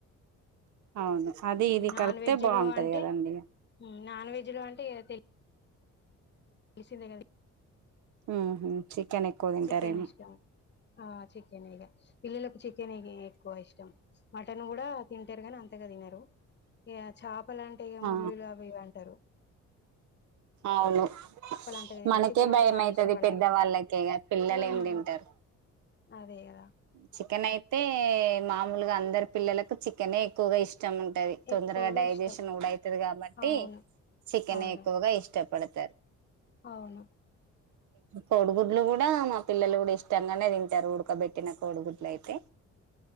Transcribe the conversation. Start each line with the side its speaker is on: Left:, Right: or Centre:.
Right: అవును అది
Left: మ్
Right: ఇది
Left: నాన్
Right: కలిపితే
Left: వెజ్
Right: బాగుంటది
Left: లో అంటే
Right: కదండి ఇగ
Left: నాన్ వెజ్ లో అంటే ఇగ తె తెలిసిందే కదా
Right: మ్ హూ చికెన్ ఎక్కువ తింటారేమో
Left: చికెన్ ఇష్టం ఆ చికెనే ఇగ పిల్లలకు చికెనే ఇగ ఎక్కువ ఇష్టం మటన్ కూడా తి టరుగాని అంతగా తినరు ఇగ చేపలు అంటే ఇగ
Right: ఆ
Left: ముళ్ళులు అవి ఇవి అంటరు
Right: అవును
Left: అంతగా తినరు
Right: మనకే
Left: చికెన్ అంటే
Right: భయమైతది
Left: బాగా ఇష్టపడతారు
Right: పెద్ద వాళ్ళకే ఇగ పిల్లలు
Left: ఉమ్,
Right: ఏం తింటరు
Left: అదే కదా
Right: చికెన్ అయితే మామూలుగా అందరు పిల్లలకు చికెనే ఎక్కువగా ఇష్ట ష్టముటది తొందరగా
Left: ఎక్కువగా
Right: డైజెషన్
Left: ఇష్టం
Right: కూడా అయితది కాబట్టి
Left: అవును
Right: చికెనే
Left: అవును
Right: ఎక్కువగా ఇష్టం పడతారు
Left: అవును
Right: కోడుగుడ్లు కూడా మా పిల్లలు కూడా ఇష్టంగనే తింటారు ఉడకబెట్టి ట్టిన కోడుగుడ్లు అయితే